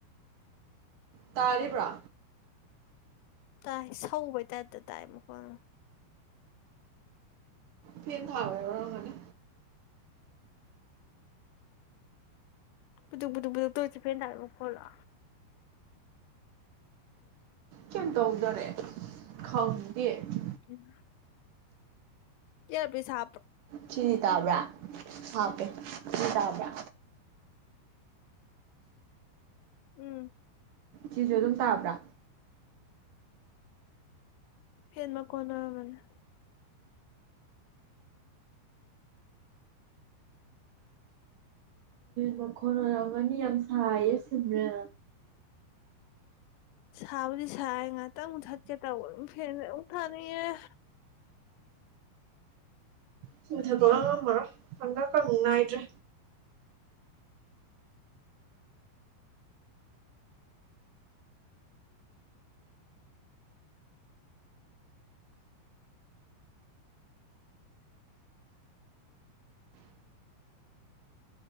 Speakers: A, on the right; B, on the left.
A: ꯇꯥꯔꯦꯕ꯭ꯔꯥ
B: ꯇꯥꯏ ꯁꯧꯕꯩ ꯇꯥꯏꯞꯇ ꯇꯥꯏ ꯃꯈꯣꯟꯅ
A: ꯐꯦꯟ ꯊꯥꯕꯔ ꯃꯥꯅꯤ
B: ꯄꯨꯊ ꯄꯨꯊ ꯄꯨ ꯇꯧꯆ ꯐꯦꯟꯗꯥꯔ ꯃ ꯐꯂ
A: ꯀꯩ ꯇꯧꯗꯔꯦ ꯈꯥꯎꯅꯤ ꯍ
B: ꯎꯝ ꯌꯥ ꯄ ꯁꯥ
A: ꯁꯤꯅꯤ ꯇꯥꯕ꯭ꯔꯥ ꯍꯥꯀꯦ ꯗꯥꯕ
B: ꯎꯝ
A: ꯁꯤꯁꯨ ꯑꯗꯨꯝ ꯇꯥꯕ꯭ꯔꯥ
B: ꯍꯃ ꯀꯅ ꯃꯅꯦ
A: ꯃꯈꯣꯒꯅꯤ ꯌꯥꯝ ꯁꯥꯏꯌꯦ ꯁꯤꯅ
B: ꯁꯥꯕꯨꯗꯤ ꯁꯥꯏ ꯉꯥꯛꯇꯪꯕꯨꯨꯛ ꯊꯠꯀꯦ ꯇꯧꯕ ꯑꯗꯨꯝ ꯐꯦꯟ ꯑꯃꯛ ꯊꯥꯅꯩꯌꯦꯦ
A: ꯆꯨꯊꯕꯒ ꯉꯝꯃꯔꯣꯏ ꯄꯪꯀꯛꯀꯅꯨꯡ ꯏꯗ꯭ꯔꯦ